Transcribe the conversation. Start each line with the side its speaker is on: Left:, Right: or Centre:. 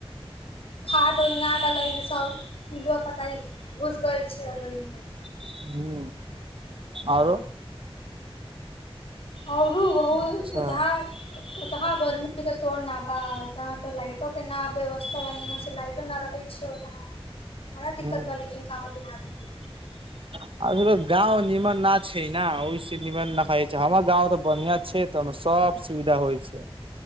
Left: खाद उद ना डलै सब पिलो पतय घुस गइल छै ओयमे।
Right: हुं। आरो?
Left: हँ औरो बहु--ओतहा
Right: अच्छा
Left: <unintelligible>
Right: <inaudible>
Left: <inaudible> बड़ा दिक्कत
Right: ह
Left: बा -लेकिन कहाँ दिन हाथ में
Right: अ त लोक गाँंव निमन ना छै ने ओहिस निमन नहाय छै। हमर गाँंव तऽ बढ़ियां छै। तमें सबऽसुविधा होइ छै।